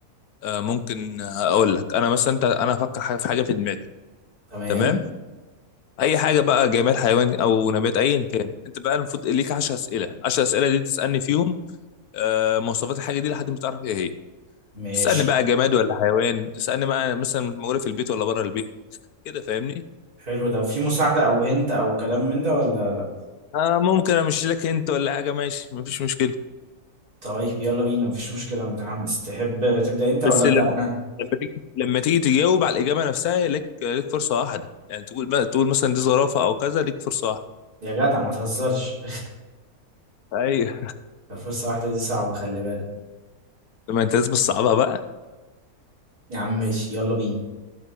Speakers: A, on the left; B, on the right.
A: آه، ممكن هقول لك أنا مثلا أنت أنا هفكر حاجة في حاجة في دماغي
B: تمام
A: تمام أي حاجة بقى جماد حيوان أو نبات أيا كان أنت بقى المفروض ليك 10 أسئلة 10 أسئلة دي تسألني فيهم آه، مواصفات الحاجة دي لحد ما تعرف إيه هي
B: ماشي
A: تسألني بقى جماد ولا حيوان تسألني بقى مثلا موجودة في البيت ولا بره البيت كده فاهمني
B: حلو ده وفي مساعدة أو هنت أو كلام من ده ولا لأ
A: آه ممكن أمشي لك أنت ولا حاجة ماشي مفيش مشكلة
B: طيب يلا بينا مفيش مشكلة أنا متحمس تحب تبدأ أنت ولا
A: بس
B: أبدأ
A: لما
B: أنا
A: لما تيجي لما تيجي تجاوب على الإجابة نفسها ليك ليك فرصة واحدة يعني تقول بقى تقول مثلا دي زرافة أو كذا ليك فرصة واحدة
B: يا جدع ما تهزرش
A: أيوه
B: <laughs> فرصة واحدة دي صعبة خلي بالك
A: <laughs> ما أنت لازم تصعبها بقى
B: يا عم ماشي يلا بينا